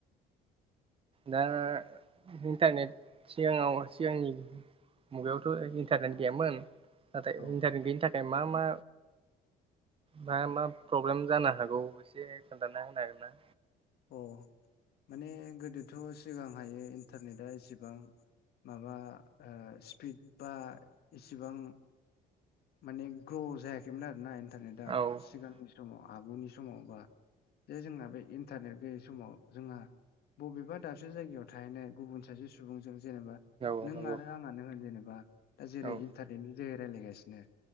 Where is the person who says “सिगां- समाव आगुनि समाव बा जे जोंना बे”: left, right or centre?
Left